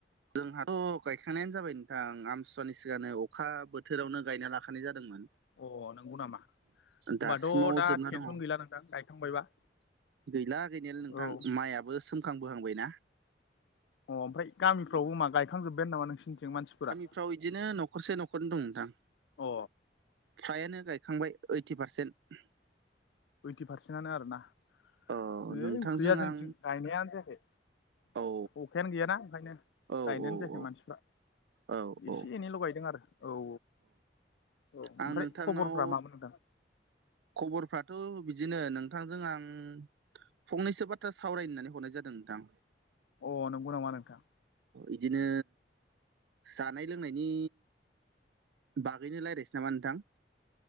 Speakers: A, on the right; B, on the left.
A: जोंहाथ' गायखांनायानो जाबाय नोंथां आमसुवानि सिगांनो अखा बोथोरावनो गायना लाखानाय जादोंमोन
B: अ नंगौ नामा होनबाथ'
A: दासिमाव
B: दा
A: जोबना
B: टेनसन
A: दङ
B: गैला नोंथां गायखांबायबा
A: गैला गैनायालाय नोंथां
B: औ
A: माइआबो सोमखां बोहांबायना
B: अ ओमफ्राय गामिफ्रावबो मा गायखांजोबबायानो नामा नोंसिनिथिं मानसिफोरा
A: फ्राव इदिनो न'खरसे न'खरनै दं नोंथां
B: अ
A: फ्रायानो गायखांबाय ओइटि पारसेन्ट
B: ओइटि पारसेन्टनानो आरोना है
A: अ नोंथांजों
B: गैया जोंथिं
A: आं
B: गायनायानो जायाखै
A: औ
B: अखायानो गैयाना ओंखायनो
A: औ
B: गायनानो जायाखै
A: औ
B: मानसिफ्रा
A: औ औ
B: एसे एनैल' गायदों आरो औ औ औ
A: आं
B: ओमफ्राय
A: नोंथांनाव
B: खबरफ्रा मामोन नोंथां
A: खबरफ्राथ' बिदिनो नोंथांजों आं फंनैसो बाथ्रा सावरायनानै हरनाय जादों नोंथां
B: अ नंगौ नामा नोंथां
A: इदिनो जानाय लोंनायनि बागैनो रायलायसै नामा नोंथां